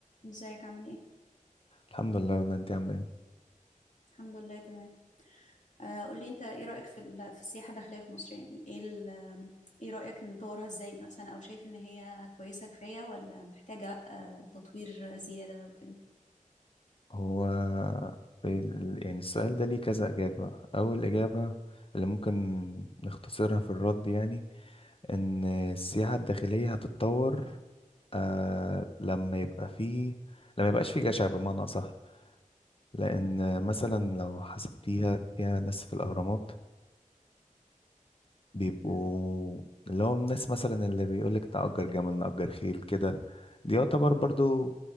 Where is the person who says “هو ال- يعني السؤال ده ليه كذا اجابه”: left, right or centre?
Left